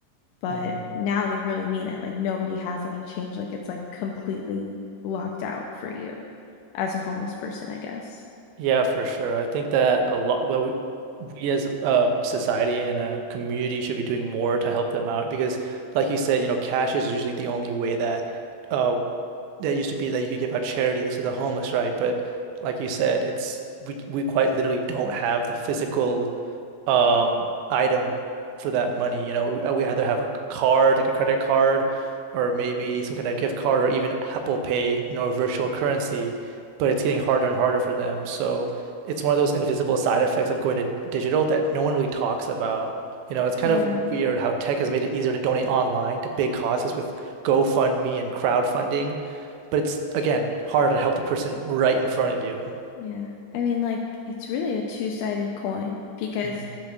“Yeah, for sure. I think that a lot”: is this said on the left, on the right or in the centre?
Right